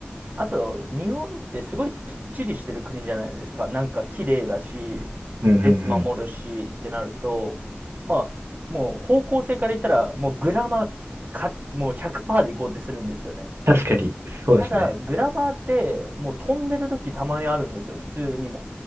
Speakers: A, on the right; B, on the right.
A: あと、日本ってすごいきっちりしてる国じゃないですか。なんか綺麗だし、
B: うん、うん、
A: 列守るしってなると、
B: うん。
A: まあ、もう方向性から言ったら、もうグラマーか、もう100%でいこうってするんですよね。
B: 確かに、そうですね。
A: ただ、グラマーって、もう飛んでる時たまにあるんですよ、普通にも。